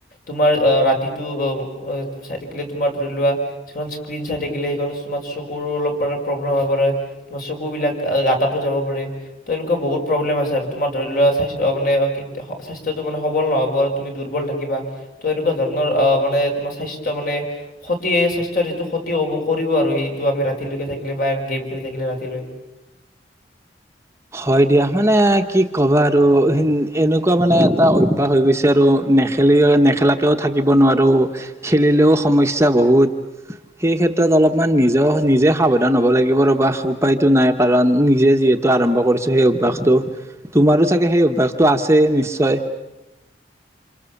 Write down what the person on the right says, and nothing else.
হয় দিয়া মানে কি ক'বা আৰু এনেকুৱা মানে এটা অভ্যাস হৈ গৈছে আৰু নেখেলি নেখেলাকৈও থাকিব নোৱাৰোঁ খেলিলেও সমস্যা বহুত সেই ক্ষেত্ৰত অলপমান নিজৰ নিজে সাৱধান হ'ব লাগিব। ৰবা উপায়টো নাই কাৰণ নিজে যিহেতু আৰম্ভ কৰিছো সেই অভ্যাসটো তোমাৰো চাগে সেই অভ্যাসটো আছে। নিশ্চয়